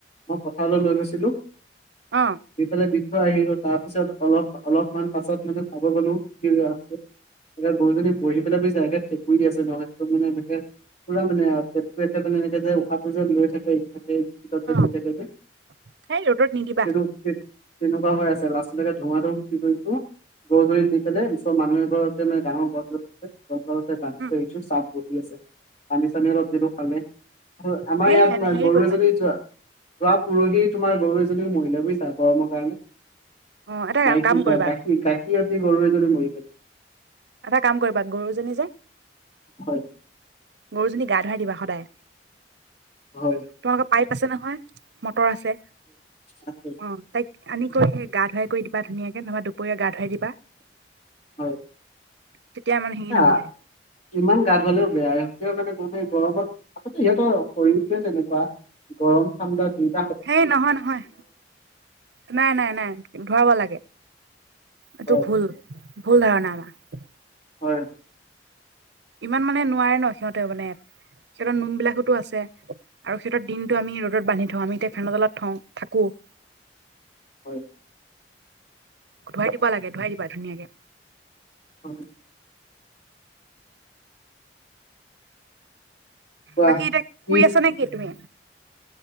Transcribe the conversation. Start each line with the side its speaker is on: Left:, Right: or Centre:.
Left: মই পথাৰলৈ লৈ গৈছিলো।
Right: অ
Left: <unintelligible> তাৰ পিছত অলপ, অলপমান পাছত মানে চাব গলো কি হৈ, আছে। একেবে গৰুজনী বহি পেলাই বুজিছা একে ঠেঁকুৰী আছে, নহয়, একদম মানে এনেকে পুৰা মানে আৰু পেটতো একে মানে এনেক উশাহ যে লৈ থাকে, সেই তে
Right: অ সেই ৰ'দত নিদিবা
Left: <unintelligible> তেনেকুৱা হৈ আছে। লৰাৱ লকে ধুৱা, ধুম কি কৰিছো গধূ দিব মানুহৰ ঘৰতে ডাঙৰ গছেৰাঙ
Right: উম
Left: চাত বি, আছে। পানী, চানী অলপ যদিটো খালে। আমাৰ
Right: সেই
Left: ইয়াত
Right: হেৰি
Left: গৰু
Right: কৰিবা
Left: এজনী যোৱা, যোৱা পুৰহি তোমাৰ গৰু এজনীও মহিলাও বুজিচা গৰমৰ কাৰণে।
Right: অ এটা
Left: মাই
Right: কাম
Left: কি
Right: কৰিবা
Left: কাকি, কাকিতি গৰমে ধলে মৰি খ
Right: এটা কাম কৰিবা, গৰুজনী যে
Left: হয়।
Right: গৰুজনী গা, ধুৱাই দিবা সদায়।
Left: হয়।
Right: তোমালোকৰ পাইপ আছে নহয়, মটৰ আছে
Left: আছে।
Right: অ, তাইক আনিকৈ স, গা, ধুৱাই কৰি দিবা, ধুনাকে নহয় দুপৰীয়া গা ধুৱ দিবা।
Left: হয়।
Right: তেতিয়া মানে হেৰি
Left: এ,
Right: নহয়
Left: ইমান গা, ধুৱালেও বেয়া। <unintelligible> গৰমত আগতে ইহতৰ শৰীৰটোৱে তেনেকুৱা গৰম, ঠাণ্ডা দিন।
Right: হেই, নহয়, নহয়, নাই, নাই, নাই ধৱাব লাগে। এইটো
Left: হয়
Right: ভুল, ভুল ধাৰণা আমাৰ।
Left: হয়।
Right: ইমান মানে নোৱাৰে ন, সিহঁতেও মানে সিহঁতৰ নোম বিলাকোতো আছে। আৰু সিহঁতৰ দিনটো আমি ৰ'দত বান্ধি থওঁ আমি এতিয়া ফেনৰ তলত থওঁ, থাকো। <inaudible>
Left: হয়।
Right: ধুৱাই দিব লাগে, ধোৱাই দিবা ধুনীয়াকে।
Left: অ'। কোৱা
Right: বাকী এতিয়া শুই
Left: কি
Right: আছা নেকি, তুমি?